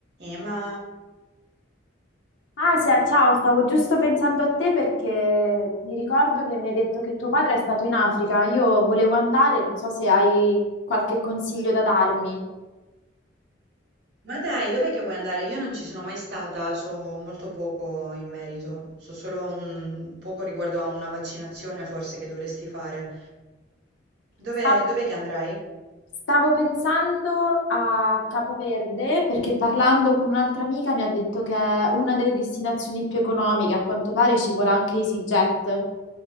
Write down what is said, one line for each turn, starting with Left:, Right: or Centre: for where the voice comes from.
Right: Eh, ma...
Left: Asia, ciao, stavo giusto pensando a te perché mi ricordo che mi hai detto che tuo padre è stato in Africa. Io volevo andare, non so se hai qualche consiglio da darmi.
Right: ma dai, dov'è che vuoi andare? Io non ci sono mai stata, so molto poco in merito. So solo un poco riguardo a una vaccinazione forse che dovresti fare. Dov'è,
Left: Sta-
Right: dov'è che andrai?
Left: Stavo pensando a Capoverde perché parlando con un'altra amica mi ha detto che è una delle destinazioni più economiche, a quanto pare ci vuole anche EasyJet.